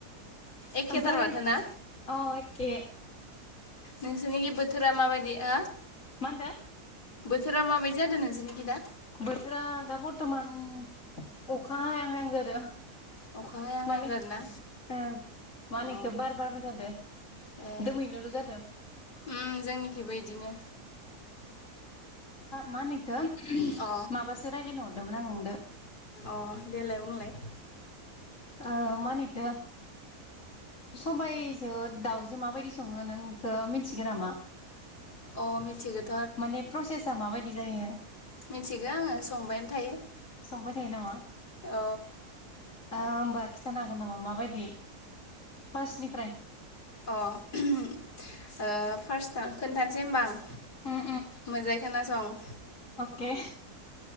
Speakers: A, on the left (about 85°); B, on the left (about 50°).
A: एखेथार
B: आमफ्राय
A: माथो
B: अ
A: ना
B: एके।
A: नोंसोरनिखि बोथोरा माबायदि ओ बोथो
B: मा होनदो
A: बोथोरा माबायदि जादों नोंसोरनिखिदा?
B: बोथोरा दा बरथमान अखा हायां-हायां जादों।
A: अखा हायां हायां
B: माने
A: जादोंना
B: ओ मा होनोखौ
A: अ
B: बार बारबाय थादों
A: ए
B: दोमैलुलु जादों।
A: उम जोंनिखिबो इदिनो
B: मानो
A: अ
B: माबासो रायज्लायनो हरदोंमोन आं नोंदो।
A: अ देलाय बुंलाय।
B: ओ मा होनोएखौ सबायजों दाउजो माबायदि सङो नों बेखौ मिथिगोन नामा?
A: अ मिथिगोन।
B: माने प्रसेसा माबायदि? बिदि जायो।
A: मिथिगौ आङो संबायानो थायो
B: संबाय थायो नामा
A: औ
B: ओ होमबा खिथानो हागोन नामा माबायदि फार्स्टनिफ्राय
A: औ अ। ओ फार्स्ट खोन्थानोसै होमबा आं।
B: उम
A: मोनजाय खोनासं।
B: केे